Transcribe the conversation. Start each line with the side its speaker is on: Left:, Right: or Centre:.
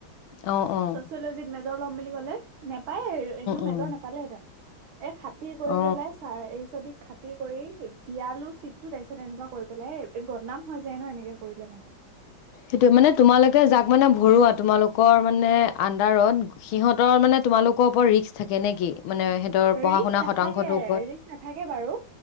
Left: অহ অহ
Right: ছচিয়লজিত লম বুলি ক'লে নেপ পায় এনেও মেজৰ
Left: উম
Right: নাপালেহেঁতেন- এ খাতিৰ কৰি
Left: অ
Right: পেলাই চাৰ এই চদি খাতি কৰি দিয়ালো চিটটো তাৰপিছত এনেকুৱা কৰি পেলাই হ এই বদনাম হৈ যায়। ন এনেকে কৰিলে মানে
Left: সেইটো মানে তোমালোকে যাক মানে ভৰৱা তোমালোকৰ মানে আণ্ডাৰত সিহঁতৰ মানে তোমালোকৰ ওপৰত ৰিস্ক থাকে নে কি মানে সিহঁতৰ পঢ়া
Right: ৰিস্ক
Left: শুনা
Right: নাথাকে
Left: শতাংশটোৰ ওপৰত
Right: ৰিস্ক নাথাকে বাৰু